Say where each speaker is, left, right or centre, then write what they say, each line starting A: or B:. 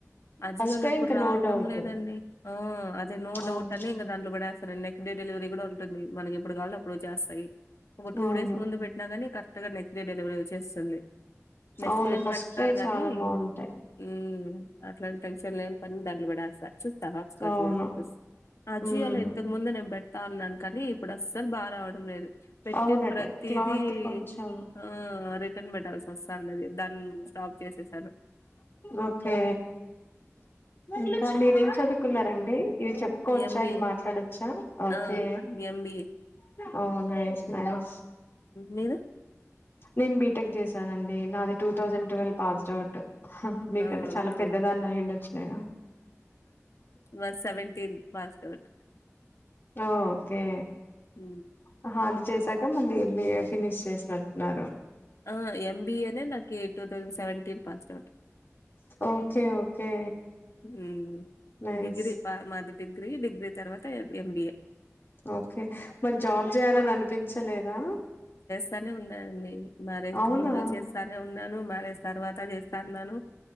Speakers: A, on the left; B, on the left.
A: అజీవాలో
B: ఫస్ట్ క్రై
A: ఇప్పుడు
B: ఇంకా
A: రావటం
B: నో డౌట్
A: లేదండి, అ అదే నో
B: అవును
A: డౌట్ అని, ఇంకా దాంట్లో పెడేస్తారండి, నెక్స్ట్ డే. డిలివరీ కూడా ఉంటుంది, మన ఎప్పుడు కావాలం అప్పుడు వొచేస్తాయి ఒక టూ
B: అవును
A: డేస్ ముందు పెట్టినా గాని కర. అత్తగా నెక్స్ట్ డే డెలివరీ చేస్తుండే. నెక్స్ట్
B: అవును
A: డే అని
B: ఫస్ట్
A: పెడతారు
B: క్రై
A: గానీ,
B: చాలా బాగుంటాయి
A: ఉమ్. నాన్ టెన్సన్ లెని పని దాంట్లనే బడేస్త. చుస్తావ హాస్ర్
B: అవును
A: జూడు జూస్ ఆ జీ
B: ఉమ్
A: ఎళ్ళ ఇంతకు ముందనే బ. తాందాన్ కానీ ఇప్పుడు అస్సలు బాగా రావడం లేదు పెట్టిన్
B: అవునట
A: ప్రతిదీ
B: క్లాత్ కొంచెం
A: ఆ రిటర్న్ పెట్టాల్సి ఒస్తాన్నది దాన్ని స్టాప్ చేససాను
B: ఓకే ఇంకా మీరేం చదువుకున్నారండి ఇవి చెప్పుకోవచ్చా
A: ఎంబిఏ
B: ఇవి మాట్లాడచ్చా ఓకే
A: ఆ ఎంబిఏ
B: ఓ నైస్ నైస్
A: మీరు
B: నేను బీటెక్ చేశానండి నాది two thousand twelve pass doubt హ హ మీకంటే
A: ఆ
B: చాలా
A: ఓకే
B: పెద్దదాన్ని అయిండొచ్చు నేను
A: మాద్ సెవెంటీన్ పాస్డ్ అవుట్
B: ఓ ఓకే
A: ఊ
B: ఆహా అది చేసాక మళ్ళీ ఎం బి ఎ ఫినిష్ చేసినట్టున్నారు
A: ఆ ఎం బి ఏ నే నాకీ two thousand seventeen passed out
B: okay okay
A: ఊ
B: నైస్
A: డిగ్రీ పా మాది డిగ్రీ డిగ్రీ తర్వాత ఎ ఎం బి ఏ
B: ఓకె మరి జాబ్ జేయాలని అనిపించలేదా
A: తనే ఉన్నా అండి మ్యారేజ్
B: అవునా
A: కి ముందు చేస్తానే ఉన్నాను, మ్యారేజ్ తర్వాత చేస్తా ఉన్నాను.